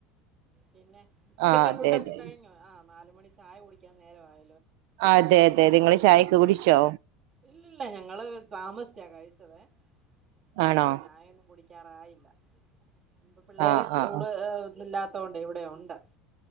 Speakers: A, on the right; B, on the right.
A: പിന്നെ ഉച്ചക്കത്തെ
B: ആഹ് അതെ
A: ഫുഡൊക്കെ
B: അതെ
A: കഴിഞ്ഞോ ആ നാല് മണി ചായ കുടിക്കാൻ നേരവായ
B: അതെ അതെ നിങ്ങള് ചായ കുടിച്ചോ
A: ഇല്ലില്ല ഞങ്ങള് താമസിച്ചാ കഴിച്ചതേ
B: ആണോ
A: അതോണ്ട് ചായയൊന്നും കുടിക്കാറായില്ല ഇനീപ്പോ പിള്ളേര്
B: ആഹ്
A: സ്കൂള്
B: ആഹ്
A: ഇന്നില്ലാത്ത ത്തോണ്ടേ ഇവിടെ ഉണ്ട്